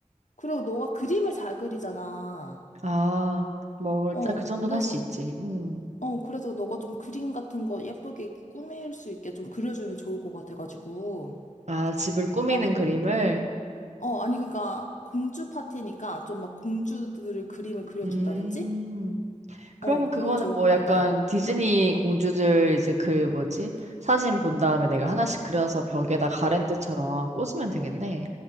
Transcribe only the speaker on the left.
그리고 너가 그림을 잘 그리잖아.
어,
그래서,
어, 그래서 너가 좀 그림 같은 거 예쁘게 이렇게 꾸밀 수 있게 좀 그려주면 좋을 것 같아가지고.
그럼,
어, 아니, 그러니까 공주 파티니까 좀 막 공주들을 그림을 그려준다든지?
어, 그러면
좋을
것 같아.